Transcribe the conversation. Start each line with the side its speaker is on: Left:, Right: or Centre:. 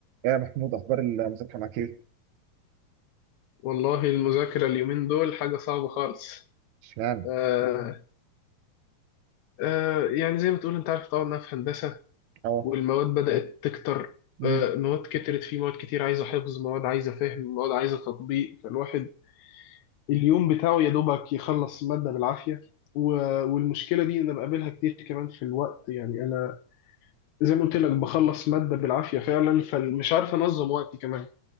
Right: يا محمود اخبار المذاكره معاك ايه
Left: والله المذاكرة اليومين دول حاجة صعبة خالص
Right: اشمعنى
Left: آه آه يعني زي ما تقول انت عارف طبعا انها في هندسة
Right: اه
Left: والمواد بدأت تكتر
Right: مم.
Left: آه مواد كترت في مواد كتير عايزة حفظ مواد عايزة فهم مواد عايزة تطبيق فالواحد اليوم بتاعه يا دوبك يخلص مادة بالعافية و- والمشكلة دي انا بقابلها كتير كمان في الوقت يعني انا زي ما قلت لك بخلص مادة بالعافية فعلا فمش عارف انظم وقتي كمان